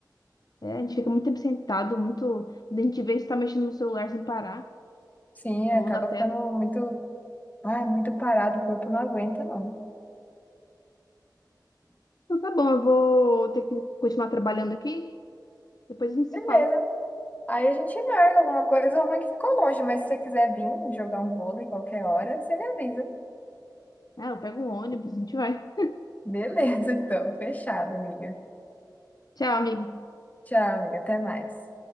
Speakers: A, on the left (about 60°); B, on the left (about 20°).
A: É, a gente fica muito tempo sentado, muito. A gente vê, a gente tá mexendo no celular sem parar,
B: Sim,
A: rolando
B: acaba
A: a tela.
B: ficando muito, ai, muito parado, o corpo não aguenta, não.
A: Então tá bom, eu vou ter que continuar trabalhando aqui. Depois a gente se
B: Beleza.
A: fala.
B: Aí a gente marca alguma coisa ruim que ficou longe, mas se você quiser vir jogar um vôlei qualquer hora, você me avisa.
A: Ah, eu pego um ônibus, a gente vai.
B: Beleza, então. Fechado, amiga.
A: Tchau, amigo.
B: Tchau, amiga. Até mais.